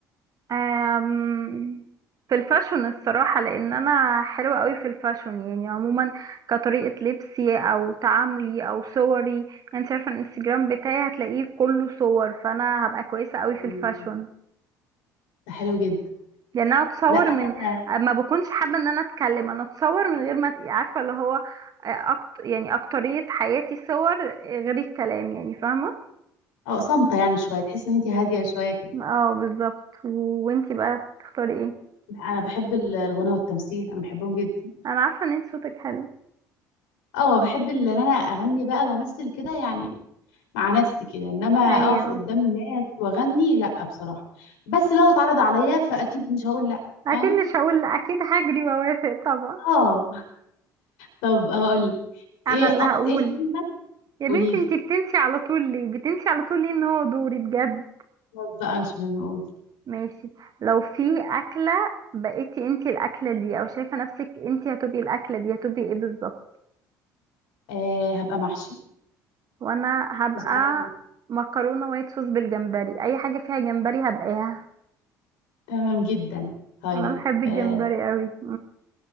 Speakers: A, on the right; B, on the left.
A: أم، في الفاشون الصراحة لأن أنا حلوة قوي في الفاشون يعني عموما كطريقة لبسي أو تعاملي أو صوري يعني أنت عارفة الانستجرام بتاعي هتلاقيه كله صور فأنا هبقى كويسة قوي
B: مم.
A: في الفاشون
B: ده حلو جدا
A: لأن أنا أتصور
B: لا انا
A: من ما بكونش حابة إن أنا أتكلم أنا أتصور من غير ما أت- عارفة اللي هو آه، أكت... يعني أكترية حياتي صور آه، غير الكلام يعني فاهمة
B: اه صامتة يعني شوية تحس ان انت هادية شوية كده
A: اه بالظبط و... وانتي بقى تختاري ايه
B: لا انا بحب ال- الغنى والتمثيل انا بحبهم جدا
A: أنا عارفة إن انتي صوتك حلو
B: اه بحب ال- ان انا اغني بقى وامثل كده يعني مع نفسي كده انما اقف
A: أيوه
B: قدام ناس واغني لا بصراحه بس لو اتعرض عليا فاكيد مش هقول لا
A: اكيد
B: فاهمه
A: مش هقول لأ، اكيد هجري واوافق طبعا
B: اه طب هقول ايه
A: انا اللي
B: أك...
A: هقول
B: ايه الكلمه
A: يا
B: قولي
A: بنتي
B: لي
A: انتي بتنسي على طول ليه بتنسي على طول ليه ان هو دوري بجد
B: خلاص بقى مش مهم قولي
A: ماشي لو في اكله بقيتي انتي الاكله دي او شايفه نفسك انتي هتبقي الاكله دي هتبقي ايه بالظبط
B: آه هبقى محشي
A: وانا هبقى
B: مش عارفه ليه.
A: مكرونه وايت صوص بالجمبري اي حاجه فيها جمبري هبقاها
B: تمام جدا طيب
A: انا بحب
B: آه
A: الجمبري قوي